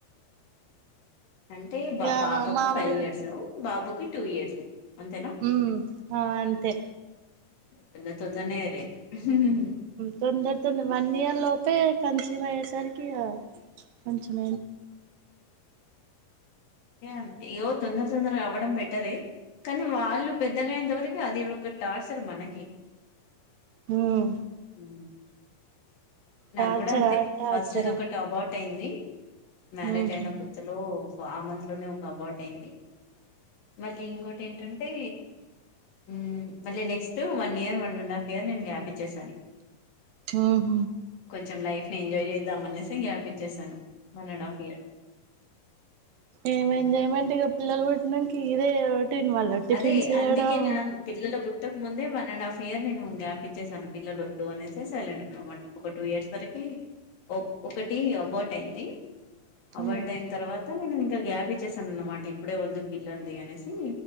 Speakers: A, on the left; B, on the right.
A: అంటే బా
B: ఆ
A: పాపకి
B: మామలు
A: ఫైవ్ ఇయర్స్ బాబుకి టూ ఇయర్స్ అంతేనా
B: హ్మ్మ్ అ అంతే
A: తొందర తొందరనే రైతు
B: తొందరతో మన్న లోపే కన్సీవ అయ్యేసరికి కొంచమ
A: అంతే ఇయ్యో తొందర తొందర అవ్వడం బెటర కానీ వాళ్ళు పెద్దగాయినంతవరకు అది ఒక టార్చర్ మనకి
B: హ్మ్మ్
A: ఉ నాకు
B: టార్చరా
A: కూడా అంతే
B: టార్చరా
A: ఫస్ట్ ఇది ఒకటి అబౌట్ అయింది మ్యారేజ్
B: ఉహు
A: అయిన కొత్తలో ఆ మంత్లోనే ఒక అబౌట్ అయింది మళ్ళీ ఇంకోటి ఏంటంటే హ్మ్మ్ మళ్ళీ next one year one and half year నేను గ్యాప్ ఇచ్చసాను ఇంకా
B: ఆఓహ
A: కొంచెం లైఫ్ ని ఎంజాయ్ చేద్దాం అనేసి గ్యాప్ ఇచ్చేసాను వన్ అండ్ హాఫ్ ఇయర్
B: ఏం ఎంజాయ్మెంట్ ఇక పిల్లలు పుట్నానికి ఇదే దీని వల్ల టిఫిన్
A: అదే
B: చేయడం
A: అందుకే నేను పిల్లల పుట్టక ముందే వన్ అండ్ హాఫ్ ఇయర్ నేను గ్యాప్ ఇచ్చేసాను పిల్లల వద్దు అనేసే సైలెంట్ ఒక టూ ఇయర్స్ వరకి ఒక ఒకటి అబౌట్ అయింది అబర్ట్
B: ఉమ్
A: అయిన తర్వాత నేను ఇంకా గ్యాప్ ఇచ్చేసాను అన్నమాట ఇప్పుడే వద్దు పిల్లలది అనేసి